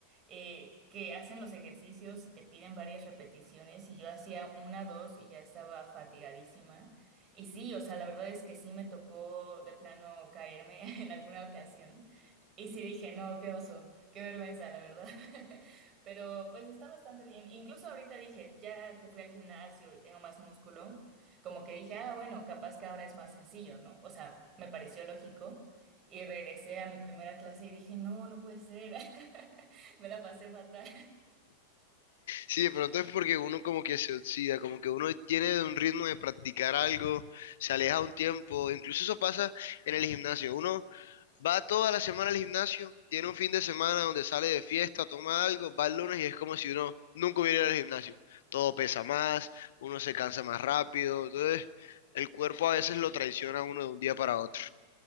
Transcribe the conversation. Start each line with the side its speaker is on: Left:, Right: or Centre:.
Right: eh, que hacen los ejercicios y te piden varias repeticiones y yo hacía una, dos y ya estaba fatigadísima. Y sí, o sea, la verdad es que sí me tocó de plano caerme <laughs> en alguna ocasión. Y sí dije, no, qué oso, qué vergüenza, la verdad. <laughs> Pero pues está bastante bien. Incluso ahorita dije, ya que fui al gimnasio y tengo más músculo. Como que dije, ah, bueno, capaz que ahora es más sencillo, ¿no? O sea, me pareció lógico. Y regresé a mi primera clase y dije, no, no puede ser. <laughs> Me la pasé fatal.
Left: Sí, de pronto es porque uno como que se oxida, como que uno tiene un ritmo de practicar algo, se aleja un tiempo, incluso eso pasa en el gimnasio. Uno va toda la semana al gimnasio, tiene un fin de semana donde sale de fiesta, toma algo, va el lunes y es como si uno nunca hubiera ido al gimnasio. Todo pesa más, uno se cansa más rápido, entonces el cuerpo a veces lo traiciona a uno de un día para otro.